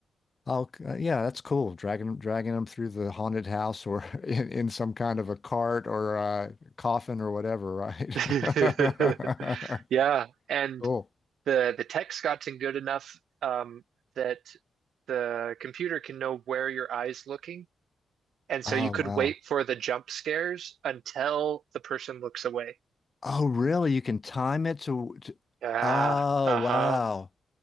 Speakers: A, on the left; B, on the right.
A: Oh, c- uh, yeah, that's cool. Dragging dragging them through the haunted house or <laughs> in, in some kind of a cart or a coffin or whatever, right?
B: <laughs>
A: <laughs>
B: Yeah. And
A: Cool.
B: the the text gotten good enough um, that the computer can know where your eye's looking. And
A: Oh,
B: so you could
A: wow.
B: wait for the jump scares until the person looks away.
A: Oh, really? You can time it to, to,
B: Ah,
A: oh,
B: uh-huh,
A: wow.